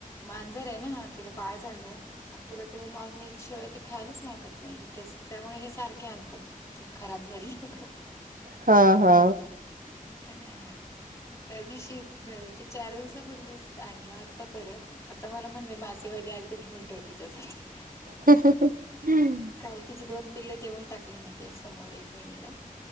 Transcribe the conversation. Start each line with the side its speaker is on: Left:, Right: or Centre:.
Left: मांजर आहे नां तिलां बाळं झालंय आणि तिला ते नॉनव्हेज शिवाय ते खायलाच मागत नाही त्यामुळे हे सारखे आणतात. ते खराब झाली म्हणून.
Right: हा हा.
Left: हा त्या दिवशी ते चार दिवसापूर्वी आणलं आता परत आता मला म्हणले मासेवाली आ तर घेऊन ठेव तिच्यासाठी.
Right: <inaudible> हम्म.
Left: काल तिची दोन पिल्ल देऊन टाकली मी ते समोर एक जणीला.